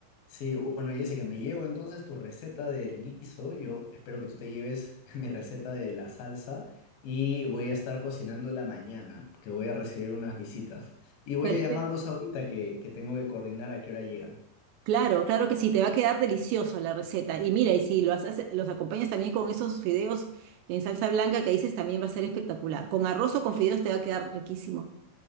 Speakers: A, on the left; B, on the right.
A: Sí, bueno, Jessica, me llevo entonces tu receta del guiso. Yo espero que tú te lleves <laughs> mi receta de la salsa y voy a estar cocinándola mañana, que voy a recibir unas visitas. Y voy
B: Perfecto.
A: a llamarlos ahorita que, que tengo que coordinar a qué hora llegan.
B: Claro, claro que sí, te va a quedar delicioso la receta. Y mira, y si lo haces- los acompañas también con esos fideos en salsa blanca que dices, también va a ser espectacular. Con arroz o con fideos te va a quedar riquísimo.